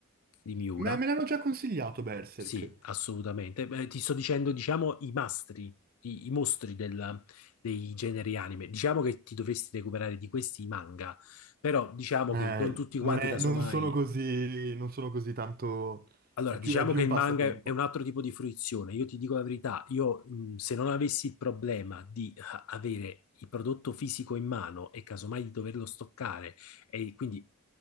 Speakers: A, on the left (about 75°); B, on the right (about 40°).
A: di Miura,
B: Me, me l'hanno già consigliato Berserk.
A: sì, assolutamente. Beh, ti sto dicendo, diciamo, i mastri, i, i mostri del- dei generi anime. Diciamo che ti dovresti recuperare di questi i manga, però diciamo
B: Eh,
A: che non tutti
B: non
A: quanti,
B: è-
A: casomai,
B: non sono così, non sono così tanto,
A: allora,
B: è più,
A: diciamo
B: è più
A: che
B: un
A: il
B: passatempo.
A: manga è un altro tipo di fruizione. Io ti dico la verità, io mh, se non avessi il problema di ah, avere il prodotto fisico in mano e casomai di doverlo stoccare, e quindi